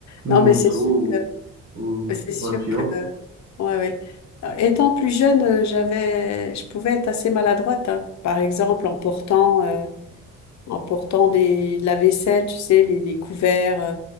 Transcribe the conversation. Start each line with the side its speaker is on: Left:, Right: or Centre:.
Left: Non,
Right: Moto
Left: mais c'est sûr
Right: ou,
Left: que,
Right: ou
Left: mais c'est
Right: voiture.
Left: sûr que, euh, ouais, ouais. Euh, Étant plus jeune, euh, j'avais, je pouvais être assez maladroite, hein. Par exemple, en portant, euh, en portant des, de la vaisselle, tu sais, les, les couverts, euh,